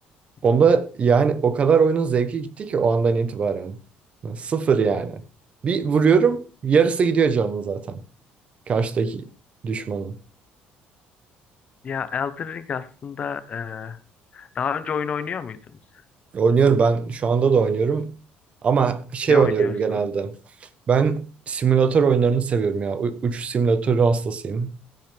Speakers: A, on the right; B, on the left.
A: Onda
B: Hı,
A: yani o kadar oyunun zevki gitti ki o andan itibaren. Sıfır yani.
B: Evet.
A: Bir vuruyorum yarısı gidiyor canım zaten. Karşıdaki düşmanın.
B: Ya Elden Ring aslında e, daha önce oyun oynuyor muydunuz?
A: Oynuyorum ben şu anda da oynuyorum. Ama şey
B: Ne
A: oynuyorum
B: oynuyorsunuz?
A: genelde. Ben simülatör oyunlarını seviyorum ya. U- Uçuş simülatörü hastasıyım